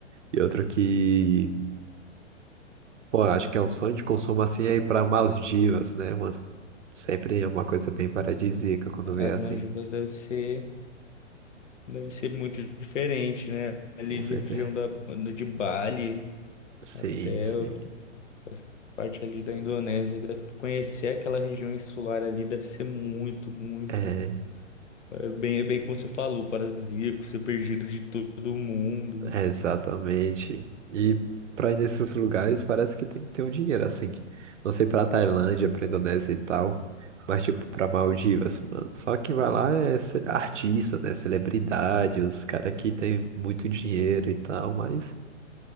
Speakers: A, on the right; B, on the left.
A: E outro que Pô, acho que é um sonho de consumo assim é ir pra Maldivas, né, mano? Sempre é uma coisa bem paradisíaca quando
B: As
A: vê assim,
B: Maldivas deve ser, deve ser muito diferente, né? Ali
A: com certeza.
B: de região da, de Bali
A: Sim,
B: até
A: sim.
B: as parte ali da Indonésia. Deve- Conhecer aquela região insular ali deve ser muito, muito.
A: É,
B: É bem, é bem como você falou, paradisíaco, ser perdido de todo mundo.
A: é exatamente. E pra ir nesses lugares parece que tem que ter um dinheiro, assim. Não sei pra Tailândia, pra Indonésia e tal, mas tipo pra Maldivas, mano. Só quem vai lá é ce- artista, né? Celebridade, os caras que tem muito dinheiro e tal, mas